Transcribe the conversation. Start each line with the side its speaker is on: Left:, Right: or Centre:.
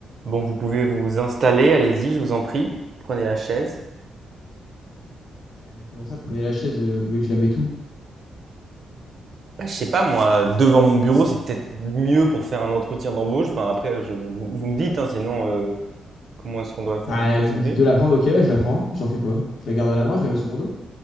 Right: Bon, vous pouvez vous installer, allez-y, je vous en prie. Prenez la chaise.
Left: Euh, Comment ça, prenez la chaise, euh, vous voulez que je la mette où?
Right: Ah, je sais pas, moi, devant mon bureau, c'est peut-être mieux pour faire un entretien d'embauche. Enfin, après, je, vous, vous me dites, hein, sinon, euh, comment est-ce qu'on doit
Left: Bah,
Right: procéder?
Left: vous me dites de la prendre, ok, ouais, je la prends. J'en fais quoi? Je la garde à la main, je la mets sur mon dos?